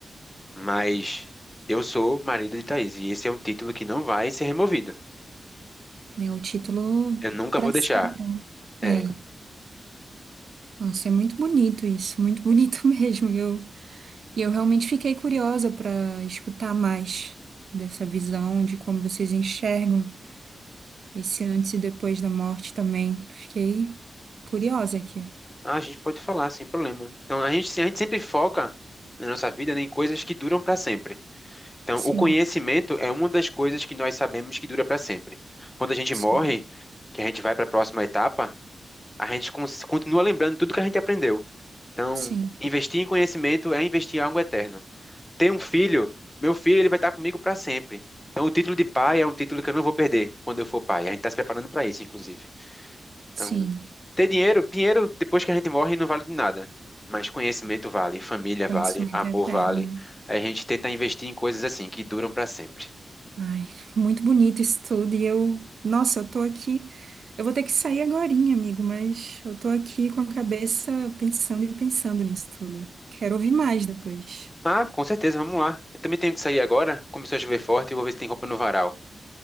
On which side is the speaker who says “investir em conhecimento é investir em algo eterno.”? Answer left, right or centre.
Left